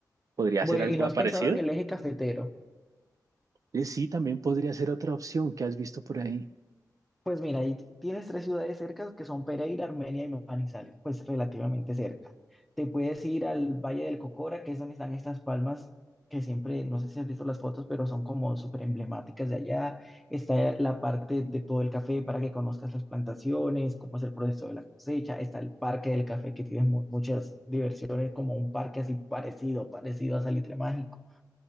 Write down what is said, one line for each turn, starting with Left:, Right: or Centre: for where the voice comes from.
Right: ¿Podría
Centre: Bueno,
Right: ser algo
Centre: ¿y no has
Right: parecido?
Centre: pensado en el eje cafetero?
Right: Eh, sí, también podría ser otra opción que has visto por ahí.
Centre: Pues mira, ahí tienes tres ciudades cercas que son Pereira, Armenia y Manizales, pues relativamente cerca. Te puedes ir al Valle del Cocora, que es donde están estas palmas que siempre, no sé si has visto las fotos, pero son como súper emblemáticas de allá. Está la parte de todo el café para que conozcas las plantaciones, cómo es el proceso de la cosecha. Está el Parque del Café, que tiene mu- muchas diversiones, como un parque así parecido, parecido a Salitre Mágico.